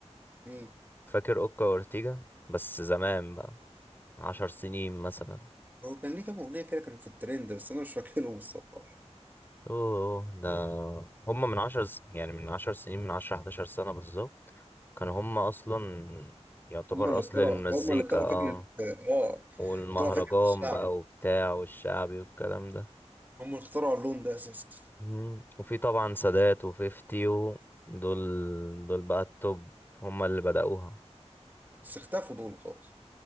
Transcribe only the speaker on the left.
فاكر أوكا وأورتيجا بس زمان بقى عشر سنين مثلا
أوه ده هما من عشر س... يعني من عشر سنين من عشرة حداشر سنة بالظبط كانوا هما أصلا يعتبر
أصل
المزيكا
اه
والمهرجان
بقى
وبتاع والشعبي والكلام ده
مم. وفي طبعا سادات وفيفتي و- دول دول بقى التوب هما اللي بدأوها